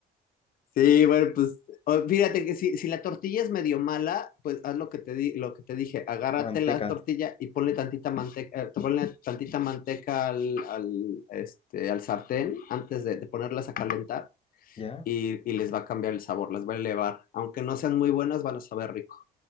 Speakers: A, on the left; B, on the left.
A: Sí, bueno, pues o- fíjate que si, si la tortilla es medio mala, pues haz lo que te di, lo que te dije, agárrate
B: La manteca,
A: la tortilla y ponle tantita manteca, eh, ponle tantita manteca al, al, este, al sartén antes de, de ponerlas a calentar
B: ¿ya?
A: y, y les va a cambiar el sabor, las va a elevar. Aunque no sean muy buenas, van a saber rico.